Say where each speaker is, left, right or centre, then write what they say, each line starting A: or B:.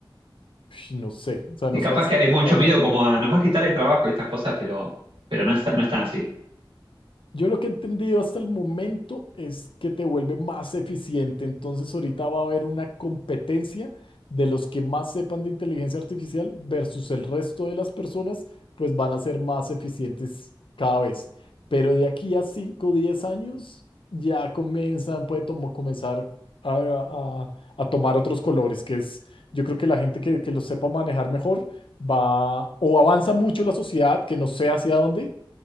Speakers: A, on the left (about 75°); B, on the right (about 75°).
A: Ush, No sé, o sea, no
B: Y
A: sé
B: capaz
A: hasta
B: que hay
A: hasta
B: mucho
A: dónde
B: miedo
A: vamos.
B: como a nos va a quitar el trabajo y estas cosas, pero, pero no es, no es tan así.
A: Yo lo que he entendido hasta el momento es que te vuelve más eficiente. Entonces ahorita va a haber una competencia de los que más sepan de inteligencia artificial versus el resto de las personas, pues van a ser más eficientes cada vez. Pero de aquí a 5, o 10 años ya comienzan, puede tomo- comenzar a, a- a tomar otros colores, que es, yo creo que la gente que, que lo sepa manejar mejor va o avanza mucho la sociedad, que no sé hacia dónde